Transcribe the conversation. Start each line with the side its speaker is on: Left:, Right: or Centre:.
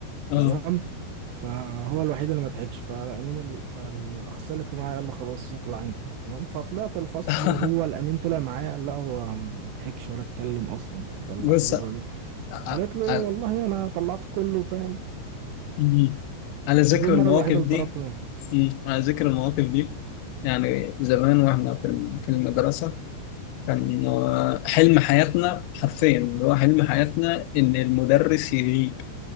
Left: اه
Right: تمام فهو الوحيد اللي ما ضحكش فالامين ال... فالاخصائي الاجتماعي قال له خلاص اطلع انت تمام فطلعت الفصل
Left: <laughs>
Right: وهو الامين طلع معايا قال له هو ما ضحكش ولا اتكلم اصلا انت طلعتيه
Left: بص
Right: بره ليه
Left: ع-
Right: قالت له
Left: ع-
Right: والله انا طلعت كله فاهم
Left: مم. على ذكر
Right: فدي المره
Left: المواقف
Right: الوحيده اللي
Left: دي
Right: طردت منه
Left: مم. على ذكر المواقف دي يعني زمان واحنا في ال- في المدرسة كان آه، حلم حياتنا حرفيا اللي هو حلم حياتنا إن المدرس يغيب